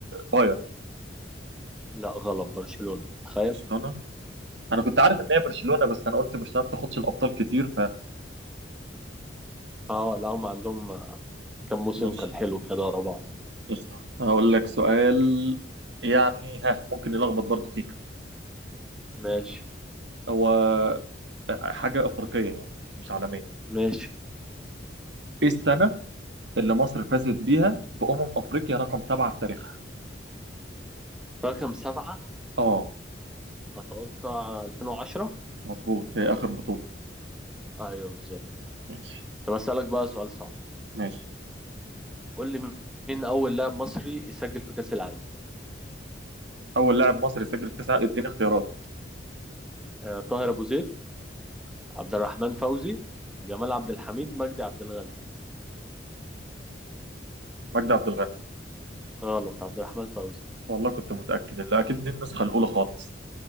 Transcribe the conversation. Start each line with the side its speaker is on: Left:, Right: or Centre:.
Right: باير
Centre: لا غلط برشلونة تخيل
Right: برشلونه انا كنت عارف ان هي برشلونه بس انا قلت برشلونه ما بتاخدش الابطال كتير
Centre: اه لا هم عندهم كم موسم
Right: فماشي
Centre: كان حلو كده ورا بعض
Right: قشطه هقول لك سؤال يعني ها ممكن يلخبط برضه فيك
Centre: ماشي
Right: هو آه، حاجه افريقيه يعني مش عالميه
Centre: ماشي
Right: ايه السنه اللي مصر فازت بيها بأمم أفريقيا رقم سبعة في تاريخها
Centre: رقم سبعة
Right: اه
Centre: اتوقع 2010
Right: مظبوط هي آخر بطولة
Centre: ايوه بالظبط
Right: ماشي
Centre: طب اسالك بقى سؤال صعب
Right: ماشي
Centre: قول لي مين اول لاعب مصري يسجل في كاس العالم
Right: أول لاعب مصري سجل في كأس العالم اديني اختيارات
Centre: آه، طاهر ابو زيد عبد الرحمن فوزي جمال عبد الحميد مجدي عبد الغني
Right: مجدي عبد الغني
Centre: غلط عبد الرحمن فوزي
Right: والله كنت متأكد اللي أكيد دي النسخة الأولى خالص